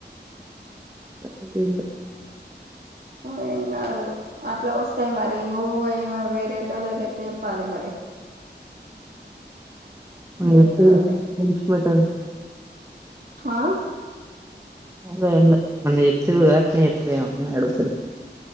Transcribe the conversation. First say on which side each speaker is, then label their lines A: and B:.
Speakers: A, on the right; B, on the right.
A: అద <unintelligible>
B: ఓ ఏ అవ్ అట్లా వస్తయి మరి ఊగే ఈమె వేరేటోళది ఎట్ల చెప్పాలి మరి
A: మీ
B: ఏం
A: దగ్గర
B: కాదులే
A: ఉంచి పోయటోన్ని
B: ఆ
A: అట్ల ఏం లే మొన్న చెప్తివి కదా అట్ల చెప్తావేమొనని అడుగుతున